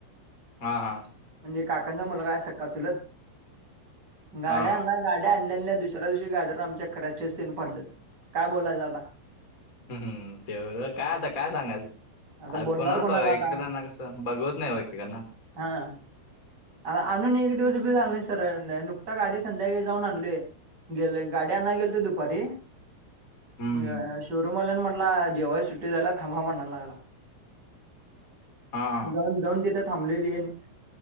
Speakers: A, on the left; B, on the right.
A: हा हा.
B: म्हणजे काकांचा मुलगा सखा चुलत गाड्या
A: हा हा
B: आणला गाड्या आण लल्या दुसऱ्या दिवशी गाड्यातर आमच्या क्रांचेस तीन पडलेत काय बोलायच आता.
A: हमम ते होय काय आता काय सांगायच.
B: आता
A: अ
B: बोलणार
A: कोणाला बघा एकेकजणांना
B: आता
A: कसं बघवत नाही ओ एकेकांना.
B: हा. आणून एक दिवस बी झाल नाही सरळ नुकता गाडी संध्याकाळी जाऊन आणलूय. गेले गाड्याना गेल ते दुपारी म्हणजे
A: हम्म हम्म
B: शोरूम आल्या म्हटला जेवाय सुट्टी टी झाल्या थांबा म्हणायला लागला
A: हा हा
B: जाऊन जाऊन तिथे थांबलोय तेन.